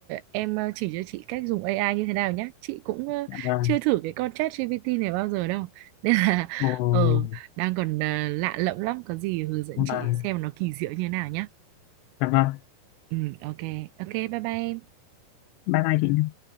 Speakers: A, on the right (about 80°); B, on the left (about 85°).
A: em ờ, chỉ cho chị cách dùng AI như thế nào nhé. Chị cũng ờ,
B: Dạ vâng.
A: chưa thử cái con chat ChatGPT này bao giờ đâu. <laughs> Nên là
B: Ồ,
A: ờ đang còn ờ, lạ lẫm lắm. Có gì hướng dẫn
B: vâng.
A: chị xem nó kỳ diệu như thế nào nhé.
B: Dạ vâng.
A: Ừ, ok. Ok, bye bye em.
B: Bye bye chị nhé.